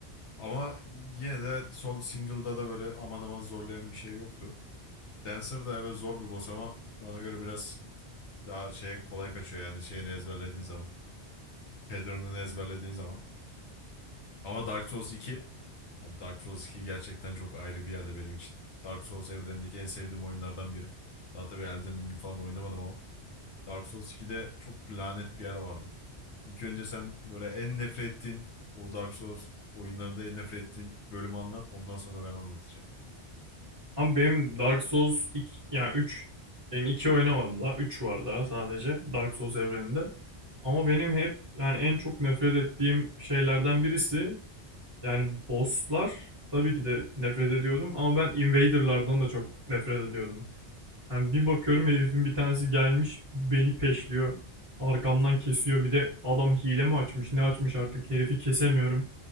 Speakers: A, on the left; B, on the right.
A: Ama yine de sol single'da da böyle aman aman zorlayan bir şey yoktu. Dancer da evet zor bir boss ama bana göre biraz daha şey kolay kaçıyor yani şeyini ezberlediğin zaman. Pattern'ını ezberlediğin zaman. Ama Dark Souls 2 abi Dark Souls 2 gerçekten çok ayrı bir yerde benim için. Dark Souls evrenindeki en sevdiğim oyunlardan biri. Daha tabii Elden Ring'i falan oynamadım ama Dark Souls 2'de çok lanet bir yer vardı. İlk önce sen böyle en nefret ettiğin o Dark Souls oyunlarında en nefret ettiğin bölümü anlat. Ondan sonra ben anlatacağım.
B: Abi benim Dark Souls iki yani üç benim 2 oynamadım daha 3 var daha sadece Dark Souls evreninde. Ama benim hep yani en çok nefret ettiğim şeylerden birisi Yani bosslar tabii ki de nefret ediyordum ama ben invaderlardan da çok nefret ediyordum. Yani bir bakıyorum herifin bir tanesi gelmiş beni peşliyor. Arkamdan kesiyor bir de adam hile mi açmış ne açmış artık herifi kesemiyorum.